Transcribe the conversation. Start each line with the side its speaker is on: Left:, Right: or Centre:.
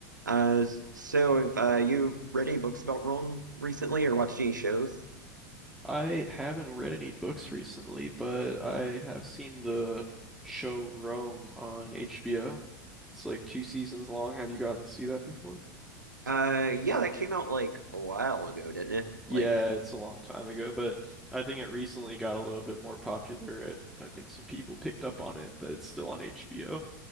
Right: Uh, so have uh, you read any books about Rome recently or watched any shows?
Centre: I haven't read any books recently, but I have seen the show Rome on HBO. It's like two seasons long. Have you gotten to see that before?
Right: Uh, yeah, that came out like a while ago, didn't it?
Centre: Yeah,
Right: Like,
Centre: it's a long time ago, but I think it recently got a little bit more popular. It, I think some people picked up on it that it's still on HBO,